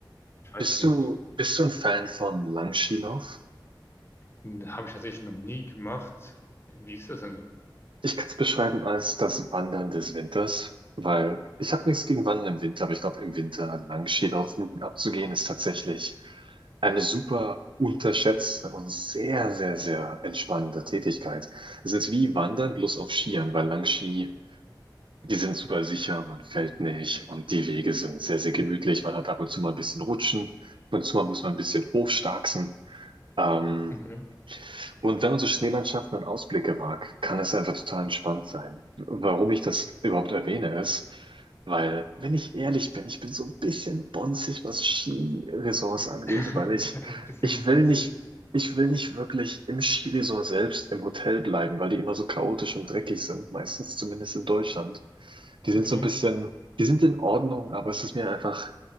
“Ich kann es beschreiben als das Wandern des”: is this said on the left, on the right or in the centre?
Right